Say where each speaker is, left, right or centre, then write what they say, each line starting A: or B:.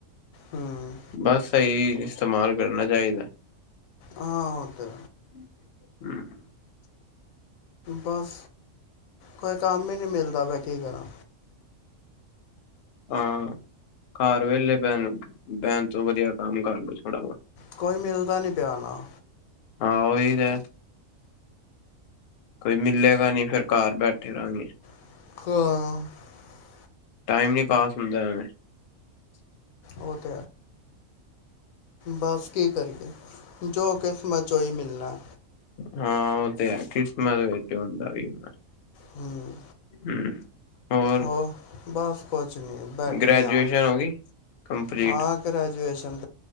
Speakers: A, on the left (about 85°); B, on the left (about 65°).
A: ਹੂੰ
B: ਬਸ ਸਹੀ ਇਸਤੇਮਾਲ ਕਰਨਾ ਚਾਹੀਦਾ
A: ਹਾਂ ਉਹ ਤੇ
B: ਹਮ <unintelligible>
A: ਬਸ ਕੋਈ ਕੰਮ ਹੀ ਨਹੀਂੀ ਮਿਲਦਾ ਵੈਂ ਕੀ ਕਰਾਂ
B: ਹਾਂ ਘਰ ਵੇਹਲੇ ਬੈਣ ਬੈਣ ਤੋਂ ਵਧੀਆ ਕੰਮ ਕਰ ਲ ਥੋੜ੍ਹਾ ਵ
A: ਕੋਈ ਮਿਲਦਾ ਨੀ ਪਿਆ ਨਾ
B: ਹਾਂ ਉਹੀ ਤੇ ਹੈ ਕੋਈ ਮਿਲਲੇਗਾ ਨਹੀਂੀ ਫੇਿਰ ਘਰ ਬੈਠੇ ਰਹਾਂਗੇ
A: ਹਾਂ
B: ਟਾਈਮ ਨੀ ਪਾਸ ਹੁੰਦਾ ਐਵੇਂ
A: ਹੋਤ ਬਸ ਕੀ ਕਰੀਏ ਜੋ ਕਿਸਮਾਂ ਚੋ ਹੀ ਮਿਲਣਾ
B: ਹਾਂ ਉਹ ਤੇ ਹੈ ਖਿਸਮਸ ਵ ਹੁੰਦਾ ਵੀ ਹੁੰਦਾ
A: ਹੂੰ
B: ਹਮ <unintelligible> ਹੋਰ
A: ਹੋ ਬਸ ਕੁਛ ਨੀ ਬੈਠੇ
B: ਗ੍ਰੈਜੂਏਸ਼ਨ
A: ਹ
B: ਹੋ ਗਈ ਕੰਪਲੀਟ
A: ਹਾਂ ਗ੍ਰੈਜੂਏਸ਼ਨ